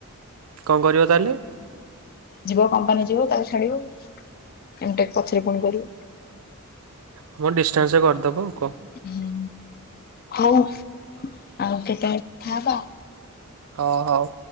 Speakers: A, on the right; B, on the left.
A: କଣ କରିବ ତାହେଲେ?
B: ଯିବ କମ୍ପାନୀ ଯିବ ତାକୁ ଛାଡିବ ଏମ୍ ଟେକ୍ ପଛରେ ପୁଣି କରିବ।
A: ହଁ ମ ଡିସଷ୍ଟାନ୍ସରେ କରିଦବ ଆଉ। କଣ
B: ହୁଁ ହଉ ଆଉ କେତେବେଳେ କଥା ହବା
A: ହଁ ହଉ।